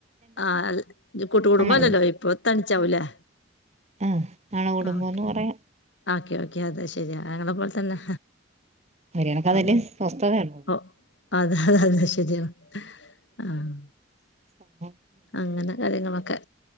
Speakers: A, on the left; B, on the right.
A: ആ ഇജ്ജ് കൂട്ട്കുടുംബല്ലല്ലോ
B: നമ്മൾ
A: ഇപ്പൊ തനിച്ചാവൂലേ
B: ആ അണു കുടുംബംന്ന്
A: ആ ഓക്കെ
B: പറയാ
A: ഓക്കെ ഓക്കെ അതെ ശരി ഞങ്ങളെ പോലെ തന്നെ
B: ഒരു കണക്കതല്ലേ
A: ഉം
B: സ്വസ്ഥതയുള്ളൂ
A: ഓ അതെ അതെ ശരി യാണ് ആഹ്
B: <unintelligible>
A: അങ്ങനെ കാര്യങ്ങളൊക്കെ